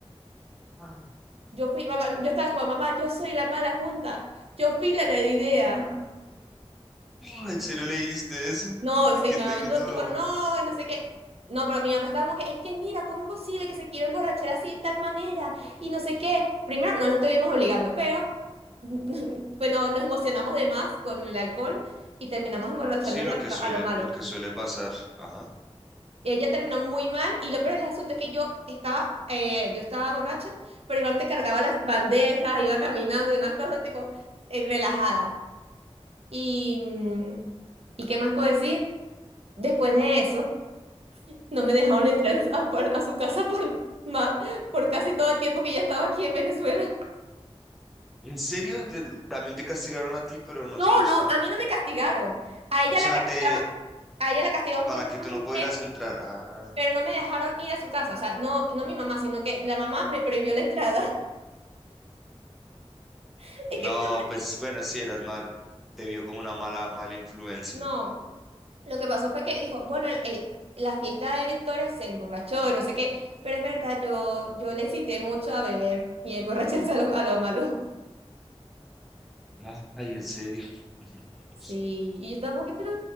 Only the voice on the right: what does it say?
yo fui, mamá, yo estaba como mamá, yo soy la mala junta, yo fui la la idea.
No,
soy
mi mamá,
no,
tipo, no, no sé qué. No, pero mi mamá estaba como que, es que mira, ¿cómo es posible que se quiera emborrachar así de tal manera? Y no sé qué. Primero, no lo estuvimos obligando, pero <laughs> bueno, nos emocionamos de más con el alcohol y terminamos emborrachándola
pero
a lo malo.
Ella terminó muy mal y lo peor del asunto es que yo estaba, eh, yo estaba borracha, pero Iván te cargaba las bandejas, iba caminando y demás cosas, tipo, eh, relajada. Y, mm, ¿y qué más puedo decir? Después de eso. No me dejaron entrar a, por- a su casa por, ma- por casi todo el tiempo que ya estaba aquí en Venezuela.
No,
no, a mí no me castigaron. A ella
la castigaron,
a ella la castigaron
por más
de
un
mes,
pero no me dejaron ir a su casa. O sea, no, no mi mamá, sino que la mamá me prohibió la entrada. <laughs> Es
que mi mamá
sí-
No, lo que pasó fue que dijo, bueno, el- el- la fiesta de Victoria se emborrachó y no sé qué, pero es verdad, yo, yo le incité mucho a beber y a emborracharse a lo, a lo malo.
Sí, y yo estaba que pero,